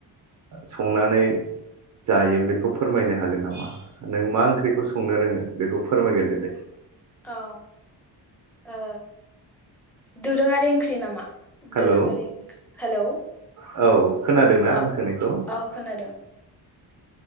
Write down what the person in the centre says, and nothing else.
औ ओ दोरोङारि ओंख्रि नामा?
दोरोङारि ओंख्रि हेलौ
औ
औ खोनादों।